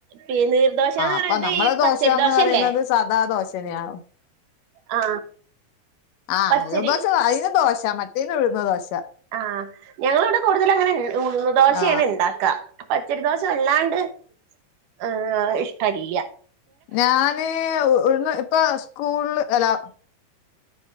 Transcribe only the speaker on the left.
അപ്പൊ നമ്മള്
ദോശന്ന്
പറയുന്നത് സദാ ദോശനെയാ
ആ
നിർദോശ അതിനും ദോശ മറ്റേതു ഉഴുന്ന് ദോശ
ആ
ഞാന് ഉഴുന്ന് ഇപ്പൊ സ്കൂള് അല്ലാ